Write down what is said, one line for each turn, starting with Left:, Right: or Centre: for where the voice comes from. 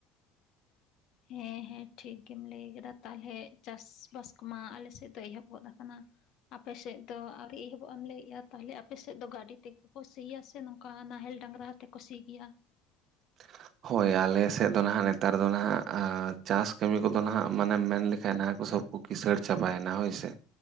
Left: ᱦᱮᱸ ᱦᱮᱸ ᱴᱷᱤᱠ ᱜᱮᱢ ᱞᱟᱹᱭ ᱠᱮᱫᱟ ᱛᱟᱦᱚᱞᱮ ᱪᱟᱥ ᱵᱟᱥ ᱠᱚᱢᱟ ᱟᱞᱮ ᱥᱮᱫ ᱫᱚ ᱮᱦᱚᱵ ᱜᱚᱫ ᱠᱟᱱᱟ ᱟᱯᱮᱥᱮᱫ ᱫᱚ ᱟᱨ ᱮᱦᱚᱵᱚᱜ ᱮᱢ ᱞᱟᱹᱭᱮᱜᱼᱟ ᱛᱟᱦᱚᱞᱮ ᱟᱯᱮᱥᱮᱫ ᱫᱚ ᱜᱟᱹᱰᱤ ᱛᱮᱜᱮ ᱠᱚ ᱥᱤᱭᱟ ᱥᱮ ᱱᱚᱝᱠᱟ ᱚᱱᱠᱟ ᱱᱟᱦᱮᱞ ᱰᱟᱝᱨᱟ ᱛᱮ ᱠᱩ ᱥᱤ ᱜᱮᱭᱟ
Right: <inaudible> ᱦᱳᱭ ᱟᱞᱮᱥᱮᱫ ᱫᱚ ᱱᱟᱦᱟᱜ ᱱᱮᱛᱟᱨ ᱫᱚ ᱱᱟᱦᱟᱜ ᱪᱟᱥ ᱠᱟᱹᱢᱤ ᱠᱚᱫᱚ ᱱᱟᱦᱟᱜ ᱢᱟᱱᱮᱢ ᱢᱮᱱ ᱞᱮᱠᱷᱟᱱᱡ ᱱᱟᱦᱟᱜ ᱠᱚ ᱥᱳᱵ ᱠᱤᱥᱟᱹᱲ ᱪᱟᱵᱟᱭᱮᱱᱟ ᱦᱳᱭᱥᱮ